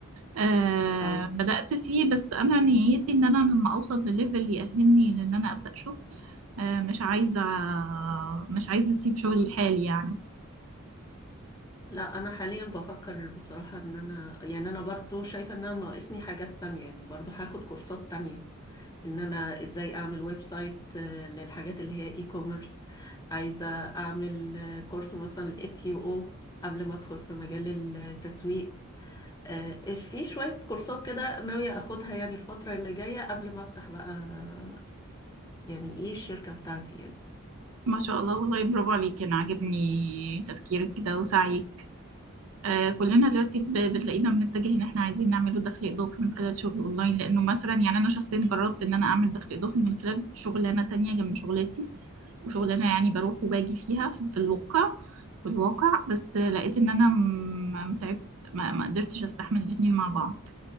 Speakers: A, on the right (about 75°); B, on the left (about 20°).
A: أه
B: اه
A: بدات فيه بس انا نيتي ان انا لما اوصل لليفل يأهلني لان انا ابدا شغل أه مش عايزه مش عايزه اسيب شغلي الحالي يعني
B: لا انا حاليا بفكر بصراحة ان انا يعني انا برضو شايفة ان انا ناقصني حاجات تانية يعني برضو هاخد كورسات تانية ان انا ازاي اعمل ويب سايت آه، للحاجات اللي هي اي كوميرس عايزة اعمل آه، كورس مثلا الاس يو او قبل ما ادخل في مجال التسويق آه، في شوية كورسات كده ناوية اخدها يعني الفترة اللي جاية قبل ما افتح بقى آه، يعني ايه الشركة بتاعتي يعني
A: ما شاء الله والله برافو عليك انا عاجبني تفكيرك كده وسعيك آه كلنا دلوقتي ب- بتلاقينا بنتجه ان احنا عايزين نعمله دخل اضافي من خلال شغل اونلاين لانه مثلا يعني انا شخصيا جربت ان انا اعمل دخل اضافي من خلال شغلانه تانية جنب شغلتي وشغلانه يعني بروح وباجي فيها في, في الواقع في الواقع بس لقيت ان انا م- تعبت ما ما قدرتش استحمل الاتنين مع بعض